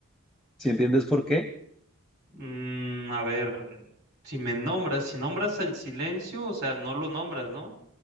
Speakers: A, in the centre; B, on the right.
A: ¿Sí entiendes por qué?
B: Mm, a ver, si me nombras, si nombras el silencio, o sea, no lo nombras, ¿no?